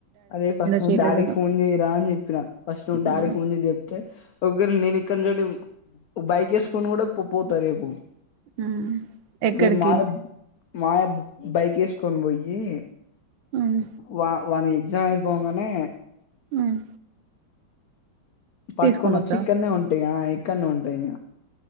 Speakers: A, on the left; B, on the right.
A: అరే ఫస్ట్ నువ్
B: చేయలేదనో
A: డాడీకి ఫోన్ చేయ్యరా అని చెప్పినా ఫస్ట్ నువ్వు డాడీకి
B: ఆ
A: ఫోన్ చేసి చెప్తే ఒక వేళ నేను ఫోన్ చేయడమే బైక్ వేసుకొని కూడా పోతారు ఏమో
B: ఉమ్ ఎక్కడికి
A: రెల్నాడ్ మాబ్ బైకేసుకోన్ బొయ్యి
B: ఉమ్
A: వా వాని జం అయిపోవంగనే
B: ఉమ్
A: పట్ట్కోనొచ్చి
B: తీసుకొని వస్తావా
A: ఇక్కడనే ఉంటాయి ఆ ఇక్కడనే ఉంటాయి